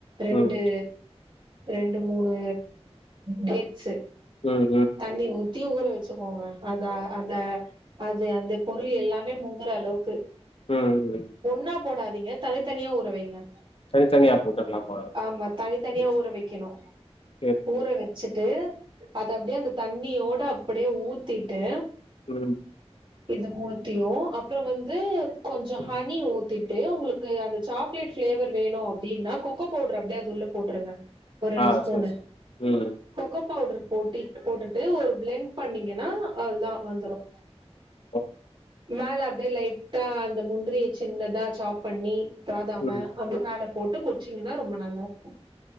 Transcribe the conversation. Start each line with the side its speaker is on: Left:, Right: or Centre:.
Right: ரெண்டு
Left: ம்
Right: ரெண்டு மூணு டேட்ஸ்
Left: ம் ம்
Right: தண்ணி ஊத்தி ஊற வச்சுக்கோங்க அத அந்த அது அந்த பொருள் எல்லாமே முங்குற அளவுக்கு
Left: ம் ம்
Right: ஒண்ணா போடாதிங்க தனித்தனியா ஊறவைங்க
Left: தனித்தனியா போட்டுக்கலாமா
Right: ஆமா தனி தனியா
Left: சரி
Right: ஊற வெக்கணு
Left: சரி சரி சரி
Right: ஊற வெ ச்சுட்டு அத அப்டியே அந்த தண்ணியோட அப்டியே ஊத்திட்டு
Left: ம்
Right: இது மூனுத்தியு அப்புற வந்து கொஞ்ச
Left: ம்
Right: ஹனி ஊத் திட்டு உங்களுக்கு அந்த சாக்லேட் ஃப்ளேவர் வேணு அப்டின்னா கோகோ பவுடர் அப்டியே உள்ள போட்டுருங்க ஒரு ரெண்டு
Left: ஆ
Right: ஸ்பூனு
Left: சரி சரி ம்
Right: கொக்கோ பவுடர் போட்டி போட்டுட்டு ஒரு பிளண்ட் பண்ணீங்கன்னா அவ்ள தா வந்துரு
Left: ஒ
Right: மேல அப்டே லைட்டா அந்த முந்திரிய சின்னதா சாப் பண்ணி பாதாம
Left: ம்
Right: அப்டே மேல போட்டு குடிச்சிங்கன்னா ரொம்ப நல்லாருக்கும்